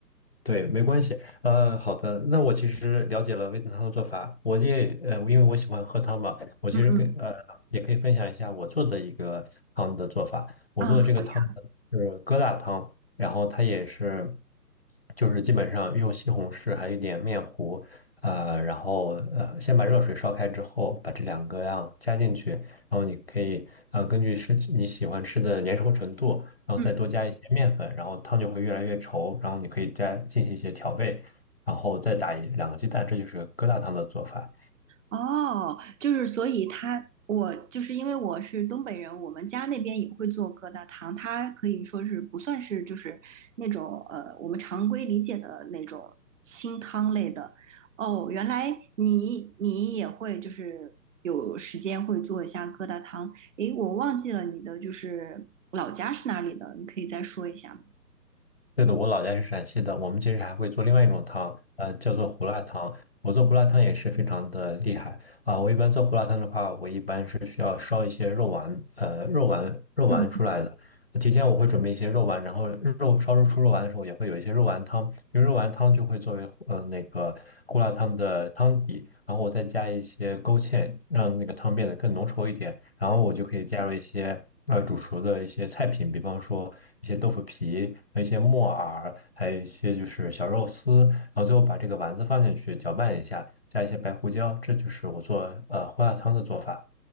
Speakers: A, on the left; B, on the right.
A: 对，没关系。呃，好的，那我其实了解了味噌汤的做法，我也呃，因为我喜欢喝汤嘛，我其实跟呃也可以分享一下我做的一个汤的做法。
B: 嗯嗯
A: 我做的这个汤呢是疙瘩汤，
B: 啊，好呀，
A: 然后它也是就是基本上用西红柿还有一点面糊，呃，然后呃先把热水烧开之后，把这两个样加进去，然后你可以呃根据是你喜欢吃的粘稠程度。然后再多加一些面粉，
B: 嗯
A: 然后汤就会越来越稠，然后你可以加进行一些调味，然后再打一两个鸡蛋，这就是疙瘩汤的做法。
B: 哦，就是所以他我就是因为我是东北人，我们家那边也会做疙瘩汤，它可以说是不算是就是那种呃我们常规理解的那种清汤类的。哦，原来你你也会就是有时间会做一下疙瘩汤，诶，我忘记了你的就是老家是哪里的，你可以再说一下吗？
A: 对的，我老家是陕西的，我们其实还会做另外一种汤，呃，叫做胡辣汤。我做胡辣汤也是非常的厉害啊，我一般做胡辣汤的话，我一般是需要烧一些肉丸，呃，肉丸肉丸出来的。
B: 嗯
A: 提前我会准备一些肉丸，然后肉烧肉出肉丸的时候也会有一些肉丸汤，因为肉丸汤就会作为呃那个胡辣汤的汤底，然后我再加一些勾芡，让那个汤变得更浓稠一点，然后我就可以加入一些呃煮熟的一些菜品，比方说一些豆腐皮、一些木耳，还有一些就是小肉丝，然后最后把这个丸子放进去搅拌一下，加一些白胡椒，这就是我做呃胡辣汤的做法。